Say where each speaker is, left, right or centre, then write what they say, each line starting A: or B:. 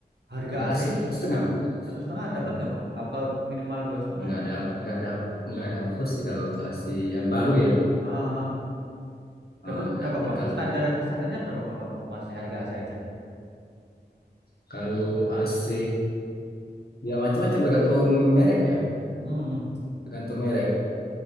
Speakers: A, on the right; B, on the left.
A: Harga
B: Harga
A: AC
B: AC satu setengah?
A: satu setengah dapat
B: Ya.
A: nggak Bang? Atau minimal dua setengah
B: Nggak
A: itu
B: ada
A: berapa?
B: nggak ada nggak dapet sih kalau untuk AC yang baru ya
A: Ah, ah, ah. Dapat
B: Eh, nggak
A: berapa
B: dapet
A: bang?
B: kalau
A: Standar aja, standarnya berapa bang kalau untuk AC harga AC aja?
B: kalau AC ya macam-macam tergantung merek ya
A: Hmm.
B: tergantung merek.